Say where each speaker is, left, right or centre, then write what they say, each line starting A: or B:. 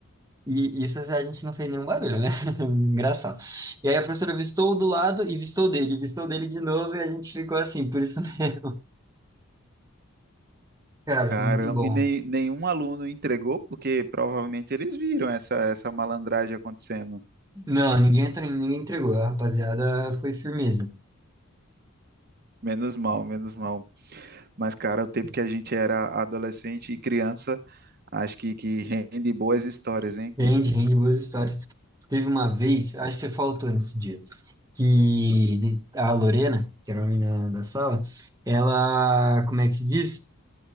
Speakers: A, on the right (about 15°); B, on the right (about 45°).
A: E isso a gente não fez nenhum barulho, né? <laughs> Engraçado. E aí a professora vistou do lado e vistou dele, vistou dele de novo e a gente ficou assim. Por isso, <laughs> cara,
B: cara.
A: foi muito bom.
B: e nem, nenhum aluno entregou, porque provavelmente eles viram essa, essa malandragem acontecendo.
A: Não, ninguém, entra- ninguém entregou. A rapaziada foi firmeza.
B: Menos mal, menos mal. Mas, cara, o tempo que a gente era adolescente e criança, acho que, que rende boas histórias, hein?
A: Rende, rende boas histórias. Teve uma vez, acho que você faltou nesse dia, que a Lorena, que era uma menina da sala, ela, como é que se diz?